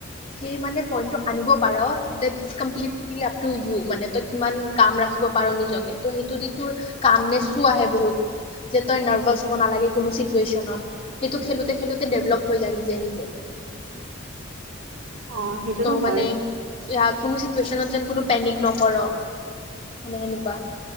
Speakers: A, on the left; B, on the right.
A: সেই মানে পইন্টটো আনিব পাৰ ডট কমপ্লিট আপ টো য়ো মানে তই কিমান কাম ৰাখিব পাৰ নিজকে ত সেইটোদি তোৰ কামনেচো আহে বহুত যে তই নাৰ্ভাচ হব নালাগে। কোনো চিটুৱেচনত সেইটো খেলোতে খেলোতে ডেভলপ হৈ য নিজে নিজে।
B: অ সেইটোতো
A: ত'
B: হয়।
A: মানে কোনো চিটুৱেচনত যেন কোনো পেনিক নকৰ, মানে সেনেকুৱা।।